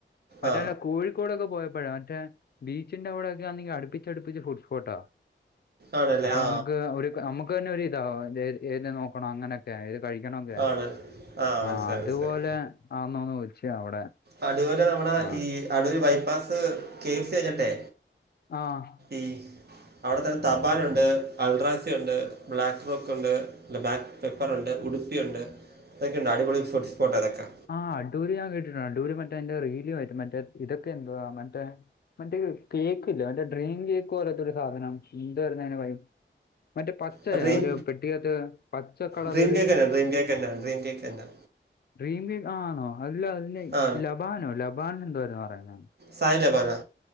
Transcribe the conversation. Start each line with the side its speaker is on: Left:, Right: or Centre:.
Left: മറ്റെല്ലേ
Right: ആ
Left: കോഴി ഴിക്കോടൊക്കെ പോയപ്പഴാ മറ്റേ ബീച്ചിന്റെ അവിടൊക്കെണങ്കി അടുപ്പിച്ച് അടുപ്പിച്ച് ഫുഡ്സ്പോട്ട.
Right: ആണല്ലേ
Left: അപ്പൊ
Right: ആ
Left: നമ്മക്ക് ഒരു നമ്മുക്ക് തന്നെ ഒരു ഇതാ ഏത് നോക്കണോ അങ്ങനെ ലെ ഏത് കഴിക്കണൊക്കെ
Right: ആണ്
Left: ആ
Right: മനസ്സിലായി
Left: അതുപോലെ
Right: മനസ്സിലായി
Left: ആന്നോന്ന് ചോയ്ച്ചയ അവിടെ
Right: അടൂര് നമ്മുടെ
Left: ആ
Right: ഈ Adoor bypass K F C കഴിഞ്ട്ടെ,
Left: ആഹ്.
Right: ഈ അവിടുത്തെന്നെ തപാനുണ്ട്, അൽഡ്രാസി ഉണ്ട് ബ്ലാക്ക് റോക്ക് ഉണ്ട് അല്ല ബ്ലാക്ക് പെപ്പർ ഉണ്ട് ഉടുപ്പിയുണ്ട് അതൊക്കെണ്ട് അടിപൊളി ഫുഡ്സ്പോട്ട ഇതൊക്കെ
Left: ആഹ് അടൂര് ഞാൻ കേട്ടിട്ടുണ്ട് അടൂര് മറ്റേ ന്റെ റീല് വരും മറ്റേ ഇതൊക്കെ എന്തുവാ മറ്റേ, മറ്റേ കേക്ക് ല്ലെ മറ്റേ ഡ്രീം കേക്ക് പോലത്തൊരു സാധനം എന്താരുന്ന്‌ അതിന് പറയ മറ്റേ പച്ചയ
Right: ആ ഡ്രീം
Left: ഒരു പെട്ടിക്കത്ത് പച്ച കളർ
Right: ഡ്രീം
Left: ഒരു,
Right: കേക്ക് തന്നെ ഡ്രീം കേക്കെന്നെ ഡ്രീം കേക്ക്. എന്താ
Left: ഡ്രീംകേക്ക് ആണോ അല്ല അല്ലെ
Right: ആ
Left: ലബാനോ ലബാന എന്തൊ പറയുന്നെ.
Right: സൈൻലബാനോ?